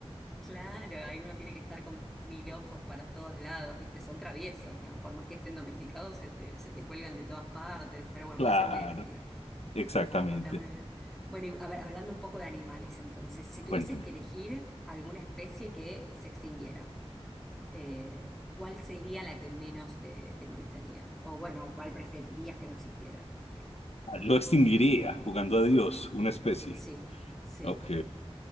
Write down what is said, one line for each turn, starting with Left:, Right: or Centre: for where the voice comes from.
Centre: Claro, ahí uno tiene que estar con mil ojos para todos lados, ¿viste? Son traviesos, ¿no? Por más que estén domesticados, se te, se te cuelgan de todas partes, pero bueno,
Left: Claro,
Centre: puede ser muy divertido.
Left: exactamente.
Centre: Está muy bien. Bueno, y a ver, hablando un poco de animales, entonces, si tuvieses
Left: Cuéntame.
Centre: que elegir alguna especie que se extinguiera, eh, ¿cuál sería la que menos te, te molestaría? O bueno, ¿cuál preferirías que no existiera? Digo.
Left: Lo extinguiría jugando a Dios, una especie.
Centre: Sí, sí,
Left: Ok.